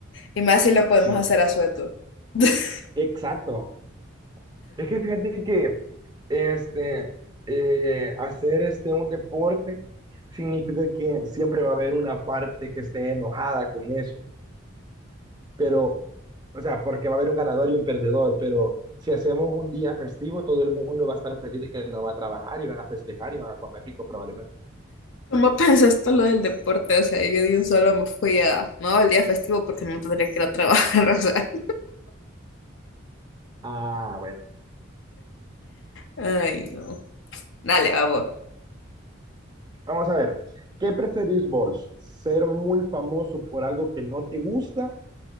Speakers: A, on the left; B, on the right.
A: Y más si lo podemos
B: Sí,
A: hacer a sueto. <laughs>
B: exacto. Es que fíjate que este, eh, hacer este, un deporte significa que siempre va a haber una parte que esté enojada con eso, pero, o sea, porque va a haber un ganador y un perdedor, pero si hacemos un día festivo, todo el mundo va a estar feliz de que no va a trabajar y van a festejar y van a comer rico probablemente.
A: ¿Cómo pensaste lo del deporte? O sea, yo de un solo me fui a, no, el día festivo porque no tendría que ir a trabajar, <laughs> o sea,
B: Ah, bueno,
A: ay, no. Dale, vamos.
B: vamos a ver, ¿qué preferís vos? ¿Ser muy famoso por algo que no te gusta